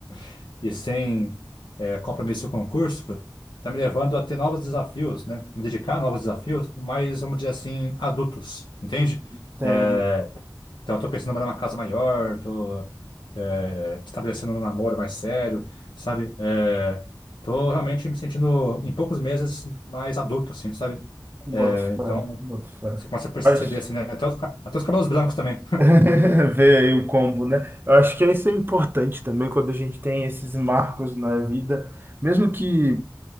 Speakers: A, on the left (about 90°); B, on the right (about 25°).
A: <laughs> e sem eh, compromisso com o curso está me levando a ter novos desafios, né? Me dedicar a novos desafios, mas vamos dizer assim, adultos, entende?
B: entendo.
A: Eh, então, eu tô pensando em morar numa casa maior, tô é, estabelecendo um namoro mais sério, sabe? É, tô realmente me sentindo, em poucos meses, mais adulto, assim, sabe?
B: Boto
A: É, então,
B: fé, boto fé.
A: você começa a perceber,
B: Acho...
A: assim, né? Até os, ca- até os cabelos brancos também.
B: <laughs> Vê aí o combo, né? Eu acho que isso é importante também quando a gente tem esses marcos na vida, mesmo que.